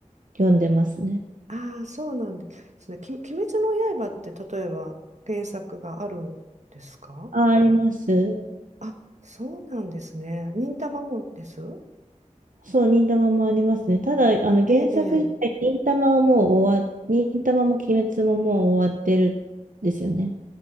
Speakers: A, on the right; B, on the right.
A: 読んでますね。
B: ああ、そうなんですね。き、鬼滅の刃って例えば原作があるんですか
A: あ、あります。
B: あ、そうなんですね。忍たまもです
A: そう、忍たまもありますね。ただ、あの原作自体、
B: ええ、ええ。
A: 忍たまはもう終わ、忍たまも鬼滅ももう終わってるんですよね。